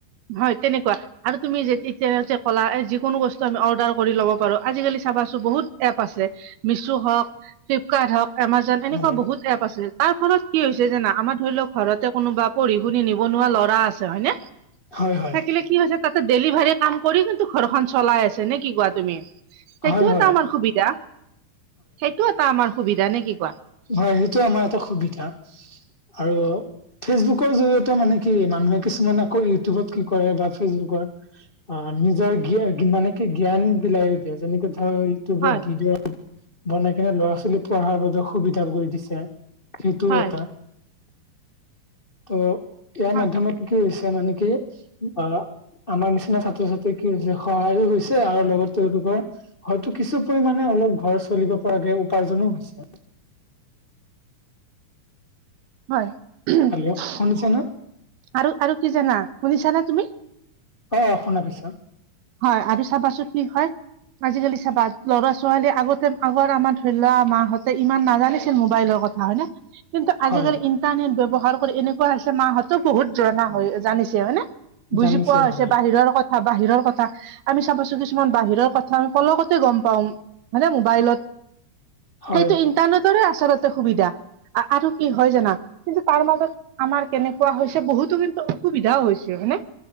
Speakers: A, on the right; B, on the left.
A: হয় তেনেকুৱা আৰু তুমি যেতি। তে হৈছে কলা এ যিকোনো বস্তু আমি অৰ্ডাৰ কৰি লব পাৰো আজিকালি চাবাচোন বহুত এপ আছে। মিছো হক ফ্লিপকাৰ্ট হক এমাজন এনেকুৱা
B: হয়,
A: বহুত। এপ আছে তাৰ ফলত কি হৈছে জানা আমাৰ ধৰি লও ঘৰতে কোনোবা পঢ়ি শুনি নিবনুৱা ল'ৰা আছে হয়নে।
B: হয়, হয়,
A: থাকিলে কি হৈছে তাতে ডেলিভাৰী কাম কৰি কিন্তু ঘৰখন চলাই আছে নে কি কোৱা। তুমি সেইটো
B: হয়, হয়,
A: এটা আমাৰ সুবিধা সেইটো এটা আমাৰ সুবিধা নে কি কোৱা।
B: হয় সেইটো আমাৰ এটা সুবিধা আৰু। ফেচবুকৰ জৰিয়তে মানে কি মানুহে কিছুমানে আকৌ ইউটিউবত কি কৰে বা ফেচবুকত। অ নিজৰ জ্ঞা মানে কি জ্ঞান বিলাই দিয়ে যেনেকে ধৰ। টোবত
A: হয়
B: ভিডিঅ' বনাই কিনে ল'ৰা-ছোৱালী পঢ়াৰ বাবে সুবিধা কৰি দিছে। সেইটো
A: হয়
B: এটা ত। ইয়াৰ
A: হয়
B: মাধ্যমত কি হৈছে মানে কি অ আমাৰ নিচিনা ছা। ত্ৰ-ছাত্ৰীৰ কি হৈছে সহায়ো হৈছে আৰু লগত তেওঁলোকৰ। হয়তো কিছু পৰিমাণে অলপ ঘৰ চলিব পৰাকে উপাৰ্জনো হৈছে।
A: হয়
B: হেল্ল'
A: <inaudible>
B: শুনিছে নে?
A: আৰু আৰু কি জানা শুনিছানে তুমি।
B: অঁ শুনা পাইছো।
A: হয় আৰু চাবাচোন কি হয়? আজিকালি চাবা ল'ৰা ছোৱালী আগতে আগৰ আমাৰ ধৰি লোৱা মাঁ হতে ইমান নাজানিছিল মোবাইলৰ কথা। হয়নে? কিন্তু
B: হয়
A: আজিকালি ইণ্টাৰনেট ব্যৱহাৰ কৰি এনেকুৱা হৈছে মাহঁতো বহুত জনা হয় জানিছে হয়নে। বুজি
B: জানিছে
A: পোৱা হৈছে
B: হয়।
A: বাহিৰৰ কথা বাহিৰৰ কথা- আমি চাবা চোন কিছুমান বাহিৰৰ কথা আমি পলকতে গম পাওঁ মানে মোবাইলত-
B: হয়
A: সেইটো ইণ্টাৰনেটৰে আচলতে সুবিধা আৰু কি হয় জানা- কিন্তু তাৰ মাজত আমাৰ কেনেকুৱা হৈছে বহুতো কিন্তু অসুবিধাও হৈছে হয়নে?